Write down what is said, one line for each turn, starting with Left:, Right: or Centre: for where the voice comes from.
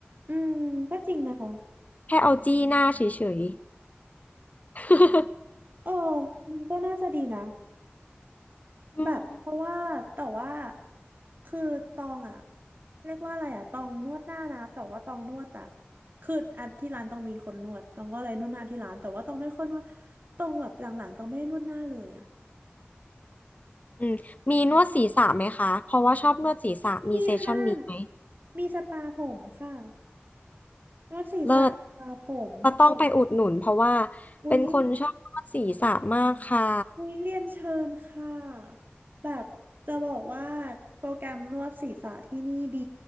Right: อืมก็จริงนะคะ
Left: แค่เอาจี้หน้าเฉยๆ
Right: เออมันก็น่าจะดีนะ
Left: อืม
Right: แบบเพราะว่าแต่ว่าคือตองอะเรียกว่าอะไรอะตองนวดหน้านะแต่ว่าตองนวดแบบคืออันที่ร้านตองมีคนนวดตองก็เลยนวดหน้าที่ร้านแต่ว่าตองไม่ค่อยนวดตองแบบหลังๆตองไม่ได้นวดหน้าเลยอะ
Left: อืมมีนวดศีรษะไหมคะเพราะว่าชอบนวดศีรษะมีเซสชั่นนี้ไหม
Right: มีค่ะมีสปาผมค่ะนวดศีรษะสปาผม
Left: เลิศเราต้องไปอุดหนุนเพราะว่า
Right: อุ๊ย
Left: เป็นคนชอบนวดศีรษะมากค่ะ
Right: อุ๊ยเรียนเชิญค่ะ แบบจะบอกว่าโปรแกรมนวดศีรษะที่นี่ดี